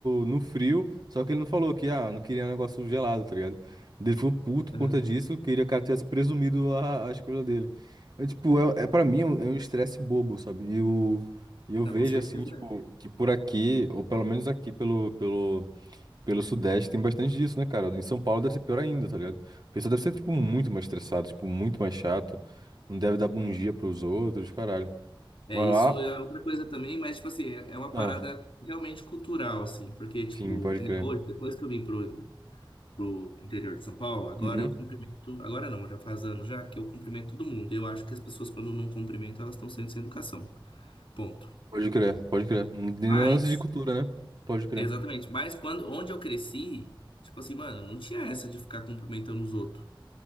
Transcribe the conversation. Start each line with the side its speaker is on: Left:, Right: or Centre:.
Right: no frio, só que ele não falou que, ah, não queria um negócio gelado, tá ligado? Ele ficou puto
Left: Uhum.
Right: por conta disso, queria que o cara tivesse presumido a, a escolha dele. É, tipo, é, é pra
Left: Ó,
Right: mim é um é um estresse bobo, sabe? E eu, e eu
Left: Não,
Right: vejo
Left: com certeza
Right: assim, tipo, que por aqui, ou pelo menos aqui pelo, pelo Pelo Sudeste tem bastante disso, né, cara? Em São Paulo deve ser pior ainda, tá ligado? O pessoal deve ser, tipo, muito mais estressado, tipo, muito mais chato. Não deve dar bom dia pros outros, caralho.
Left: é.
Right: Mas
Left: É, isso
Right: Lá.
Left: é outra coisa também, mas, tipo assim, é é uma
Right: Ah,
Left: parada realmente cultural, assim, porque, tipo,
Right: sim, pode
Left: que
Right: crer.
Left: nem hoje, depois que eu vim pro, pro interior de São Paulo, agora
Right: Uhum.
Left: eu cumprimento, agora não, já faz anos já que eu cumprimento todo mundo. Eu acho que as pessoas, quando não cumprimentam, elas estão sendo sem educação. Ponto.
Right: Pode crer, pode crer. Não tem
Left: Mas
Right: nem lance de cultura, né? Pode crer.
Left: Exatamente. Mas quando, onde eu cresci, tipo assim, mano, não tinha essa de ficar cumprimentando os outros,